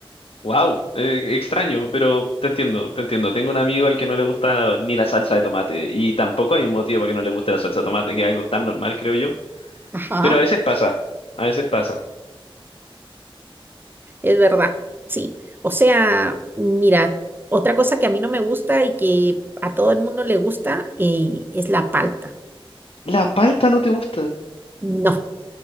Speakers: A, on the left (about 75°); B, on the right (about 20°).
A: wow, eh, extraño, pero te entiendo, te entiendo. Tengo un amigo al que no le gusta ni la salsa de tomate y tampoco hay un motivo para que no le guste la salsa de tomate, que es algo tan normal, creo yo.
B: Ajá,
A: Pero a veces pasa, a veces pasa.
B: es verdad, sí. O sea, mira, otra cosa que a mí no me gusta y que a todo el mundo le gusta eh, es la palta.
A: La palta no te gusta.
B: No,